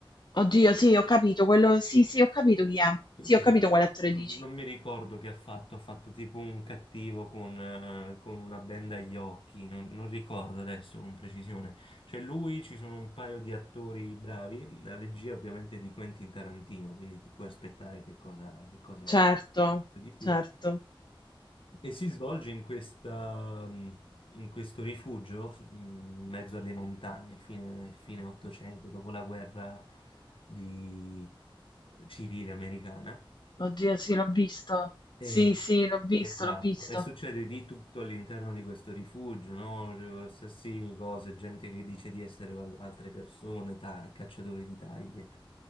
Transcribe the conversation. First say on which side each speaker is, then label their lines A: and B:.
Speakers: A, on the left; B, on the left.
A: Oddio, sì, ho capito quello sì, sì, ho capito chi è. Sì,
B: Mi
A: ho
B: sembra-
A: capito quale attore
B: non
A: dici.
B: mi ricordo che ha fatto, ha fatto tipo un cattivo con, eh, con una benda agli occhi, non, non ricordo adesso con precisione. Cioè lui, ci sono un paio di attori bravi, la regia ovviamente è di Quentin Tarantino, quindi ti puoi aspettare che cosa, che cosa succede
A: Certo,
B: di più.
A: certo.
B: E si svolge in questa, mm, in questo rifugio, in mezzo alle montagne, a fine, fine 800, dopo la guerra di- civile americana.
A: Oddio, sì, l'ho visto. Sì,
B: Sì,
A: sì, l'ho visto,
B: esatto,
A: l'ho visto.
B: e succede di tutto all'interno di questo rifugio, no? Assassini, cose, gente che dice di essere al- altre persone, ta- cacciatori di taglie.